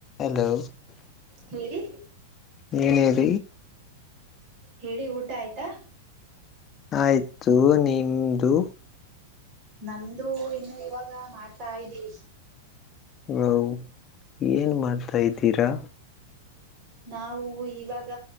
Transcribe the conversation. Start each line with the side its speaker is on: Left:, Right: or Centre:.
Left: hello
Right: ಹೇಳಿ
Left: ನೀನದ
Right: ಹೇಳಿ ಊಟ ಆಯ್ತಾ
Left: ಆಯ್ತು ನಿಮ್ದು
Right: ನಮ್ದು ಇನ್ನು ಇವಾಗ ಮಾಡ್ತಾ ಇದ್ದೀವಿ
Left: ಹ ಏನ್ ಮಾಡ್ತಾ ಇದ್ದೀರಾ
Right: ನಾವು ಇವಾಗ